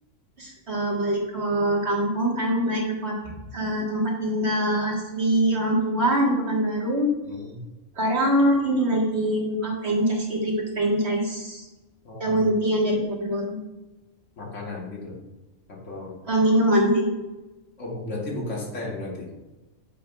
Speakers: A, on the right; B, on the left.
A: terus eh, balik ke kampung kan, balik ke kota, eh, tempat tinggal asli orang tua di Pekanbaru.
B: Hmm.
A: Sekarang ini lagi buka franchise gitu, ikut franchise
B: Oh,
A: daun tea yang dari Bogor.
B: makanan gitu atau
A: Eh, minuman sih.
B: oh bu- berarti buka stand berarti